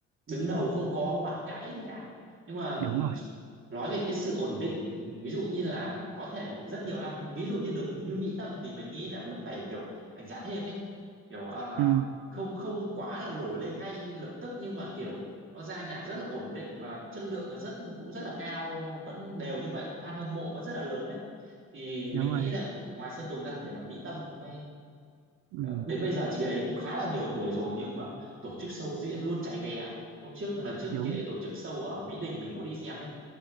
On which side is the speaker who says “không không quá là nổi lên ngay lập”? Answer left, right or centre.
Right